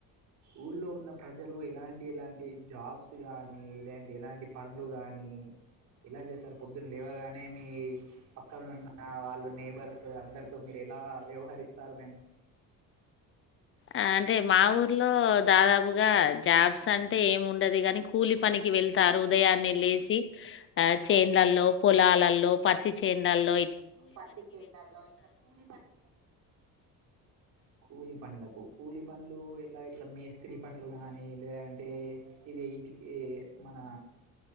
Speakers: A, on the right (about 60°); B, on the left (about 40°).
A: ఊళ్ళో ఉన్న ప్రజలు ఎలాంటి ఎలాంటి జాబ్స్ కానీ ఎలాంటి ఎలాంటి పనులు కానీ ఎలా చేస్తారు పొద్దున లేవగానే మీ పక్కనున్న వాళ్ళు నేబర్స్ అందరితో మీరు ఎలా వ్యవహరిస్తారు మేడమ్
B: ఆ అంటే మా ఊర్లో దాదాపుగా జాబ్స్ అంటే ఏమి ఉండది కాని కూలి పనికి వెళ్తారు ఉదయాన్నే లేసి ఆ చేండ్లల్లో పొలాలలో పత్తి చేలల్లో
A: పత్తి చేల్లలో ఇట్ల కూలిపని కూలి పనులకు కూలి పనులు ఎలా ఇట్లా మేస్త్రి పనులు గానీ లేదంటే ఇది టి మన